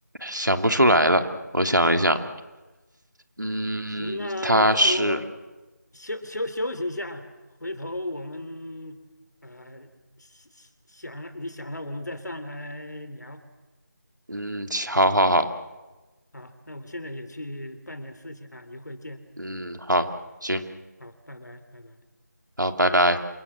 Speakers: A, on the right (about 85°); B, on the left (about 70°).
A: 想不出来了。我想一想，嗯，
B: 行，那再不
A: 他是
B: 休休休息一下，回头我们啊、呃想想了，你想了，我们再上来聊。
A: 嗯，好好好，
B: 好，那我现在也去办点事情啊，一会儿见。
A: 嗯，好，行，
B: 好，拜拜，拜拜。
A: 好，拜拜。